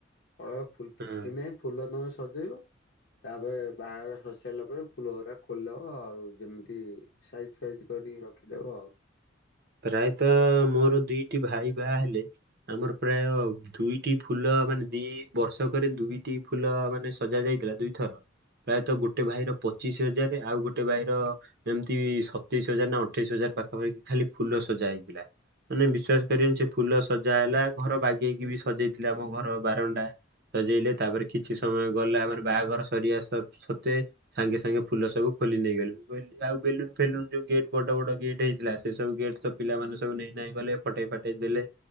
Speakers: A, on the left; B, on the right.
A: ପଳେଇ ଫୁଲ କିଛି
B: ହଁ
A: ନାହିଁ ଫୁଲ ତମେ ସଜେଇବ। ତାପରେ ବାହାଘର ସରି ସାଇଲା ପରେ, ଫୁଲ ଗୁରା ଖୋଲିଦବ ଆଉ ଯେମିତି ସାଇଜ ସାଇଜ କରିକି ରଖିଦବ ଆଉ।
B: ପ୍ରାୟତଃ ମୋର ଦିଟି ଭାଇ ବାହା ହେଲେ। ଆମର ପ୍ରାୟ ଦୁଇଟି ଫୁଲ, ମାନେ ଦି ବର୍ଷକରେ ଦୁଇଟି ଫୁଲ ମାନେ ମାନେ ସଜା ଯାଇଥିଲା ଦୁଇଥର, ପ୍ରାୟତଃ ଗୋଟେ ଭାଇର ପଚିଶି ହଜାର। ଆଉ ଗୋଟେ ଭାଇର ଯେମିତି ସତେଇଶ ହଜାର ନା ଅଠେଇଶି ହଜାର ପାଖାପାଖି ଖାଲି ଫୁଲ ସଜା ହେଇଥିଲା। ମାନେ ବିଶ୍ଵାସ କରିବେନି ସେ ଫୁଲ ସଜା ହେଲା, ଘର ବାଗେଇକି ବି ସଜେଇଥିଲା ଆମ ଘର ବାରଣ୍ଡା। ସଜେଇଲେ, ତାପରେ କିଛି ସମୟ ଗଲା ମାନେ ବାହାଘର ସରିିବା ସ ସତ୍ୱେ ସାଙ୍ଗେ ସାଙ୍ଗେ ଫୁଲ ସବୁ ଖୋଲି ନେଇଗଲୁ, ମୁଁ କହିଲି ଆଉ ବେଲୁନ ଫେଲୁନ ଯୋଉ ଗେଟ୍ ବଡ ବଡ ଗେଟ୍ ହେଇଥିଲା ସେ ସବୁ ଗେଟ ତ ପିଲାମାନେ ସବୁ ନେଇ ନାଇଁ ଗଲେ, ଫଟେଇ ଫାଟେଇ ଦେଲେ,